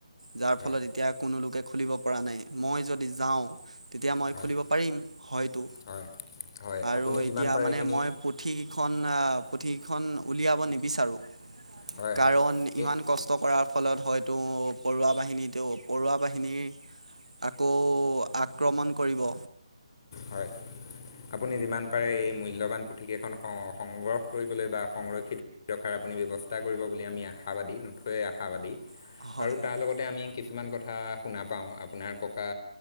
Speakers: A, on the right; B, on the left.
A: যাৰ
B: হয়
A: ফলত এতিয়া কোনো লোকে খুলিব পৰা নাই মই যদি যাওঁ তেতিয়া মই
B: হয়
A: খুলিব পাৰিম হয়তো।
B: হয় হয়
A: আৰু
B: আপুনি
A: এতিয়া
B: যিমান পাৰে
A: মানে
B: এইখিনি
A: মই পুথি কেইখন পুথিখন উলিয়াব নিবিচাৰোঁ,
B: হয়
A: কাৰণ
B: হয়
A: ইমান
B: এই
A: কষ্ট কৰাৰ ফলত হয় ত' পৰুৱা বাহিনীত পৰুৱা বাহিনীৰ আকৌ আক্ৰমণ কৰিব।
B: হয়। আপুনি যিমান পাৰে এই মূল্যবান পুথিকেইখন সংগ্ৰহ কৰিবলৈ বা সংৰক্ষিত কৰি ৰখাৰ ব্যৱস্থা কৰিব বুলি আমি আশাবাদী নথৈ আশাবাদী,
A: হয়
B: আৰু
A: হয়
B: তাৰ লগতে আমি কিছুমান কথা শুনা পাওঁ আপোনাৰ ককা